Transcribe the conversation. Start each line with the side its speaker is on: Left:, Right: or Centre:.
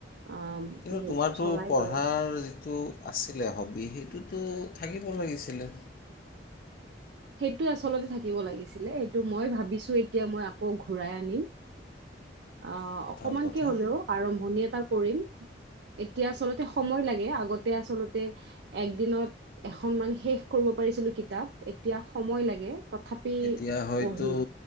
Right: অ'
Left: কিন্তু
Right: সেই
Left: তোমাৰো
Right: চলাই
Left: পঢ়াৰ
Right: গৈ আছা
Left: যিটো আছিল হ' এ সেইটোতো থাকিব লাগিছিলে।
Right: সেইটো আচলতে থাকিব লাগিছিলে। সেইটো মই ভাবিছোঁ এতিয়া মই আকৌ ঘূৰাই আনিম। অ' অকমানকে
Left: ভাল কথা
Right: হ'লেও আৰম্ভণি কৰিম। এতিয়া আচলতে সময় লাগে। আগতে আচলতে এক দিনত এখন মান শেষ কৰিব পাৰিছিলোঁ কিতাপ। এতিয়া সময় লাগে। তথাপি
Left: এতিয়া হয়তো
Right: পঢ়িম